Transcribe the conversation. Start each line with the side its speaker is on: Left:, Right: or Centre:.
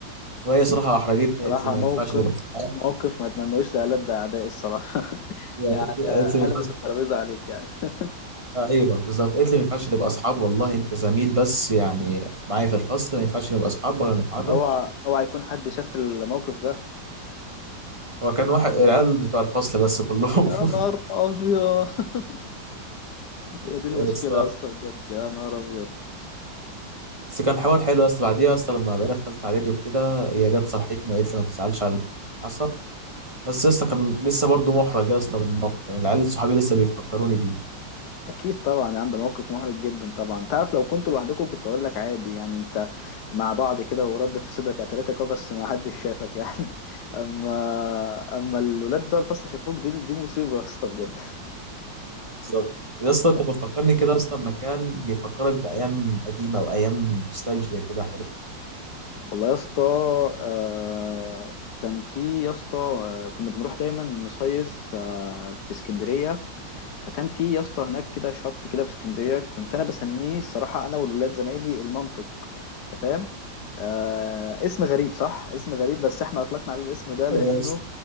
Right: وهي صراحه احرجتني قالت
Left: صراحه
Right: لي ما
Left: موقف
Right: ينفعش نبقى اصحاب
Left: موقف ما اتمنوش لألد اعدائي الصراحه <laughs>
Right: قالت
Left: يعني
Right: لي قالت لي ما
Left: قلبت
Right: ينفعش
Left: الترابيزه عليك يعني <laughs>
Right: آه ايوه بالظبط قالت لي ما ينفعش نبقى اصحاب والله انت زميل بس يعني معايا في الفصل ما ينفعش نبقى اصحاب ولا نتعرف
Left: اوعى اوعى يكون حد شاف الموقف ده
Right: هو كان واحد العيال بتوع الفصل بس كلهم
Left: يا
Right: <laughs>
Left: نهار ابيض <laughs> هي دي المشكلة
Right: يا اسطى
Left: يا اسطى بجد يا نهار أبيض
Right: بس كان حوار حلو يا اسطى بعديها يا اسطى لما بقينا في ثالثه اعدادي وكده هي جت صالحتني وقالت لي ما تزعلش على اللي حصل بس يا اسطى كان لسه برضه محرج يا اسطى من الموقف يعني العيال صحابي لسه بيفكروني بيه
Left: أكيد طبعا يا عم ده موقف محرج جدا طبعا أنت عارف لو كنتوا لوحدكم كنت أقول لك عادي يعني أنت مع بعض كده وردت في صدرك قتلتك أه بس ما حدش شافك يعني <laughs> أما أما الولاد بتوع الفصل شافوك دي دي مصيبة يا اسطى بجد
Right: بالظبط يا اسطى
Left: آه.
Right: انت بتفكرني كده يا اسطى بمكان بيفكرك بايام قديمه وايام نوستالجيا كده حلو
Left: والله يا اسطى آه كان في يا اسطى آه كنا بنروح دايما نصيف آه في اسكندرية فكان في يا اسطى هناك كده شط كده في اسكندرية كنت أنا بسميه الصراحة أنا والولاد زمايلي المنطق انت فاهم آه اسم غريب صح اسم غريب بس احنا اطلقنا عليه الاسم ده لانه
Right: أوي يا اسطى